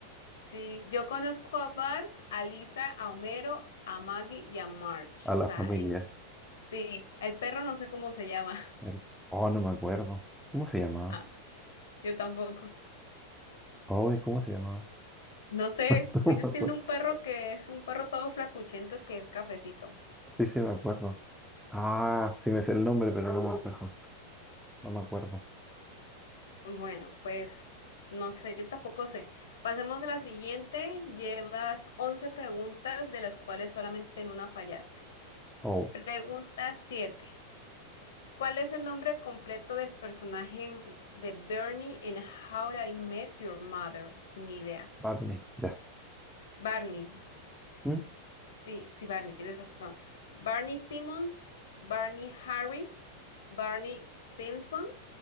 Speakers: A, on the left; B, in the centre.
A: Sí, yo conozco a Bart, a Lisa, a Homero, a Maggie y a March.
B: a la
A: O sea,
B: familia.
A: el, sí, el perro no sé cómo se llama. <laughs>
B: El- oh, no me acuerdo. ¿Cómo se llamaba?
A: Ah, yo tampoco.
B: Ay, ¿cómo se llamaba?
A: No sé,
B: <laughs> No
A: ellos
B: me acuerdo.
A: tienen un perro que es un perro todo flacuchento que es cafecito.
B: Sí, sí, me acuerdo. Ah, sí me sé el nombre, pero no me acuerdo. No me acuerdo.
A: Bueno, pues no sé, yo tampoco sé. Pasemos a la siguiente. Llevas 11 preguntas, de las cuales solamente en una fallaste.
B: Oh,
A: Pregunta 7. ¿Cuál es el nombre completo del personaje en- de Bernie en How I Met Your Mother? Ni idea.
B: Barney, ya.
A: Barney.
B: ¿Mm?
A: Sí, sí, Barney, tienes razón. Barney Simmons, Barney Harris, Barney Stinson.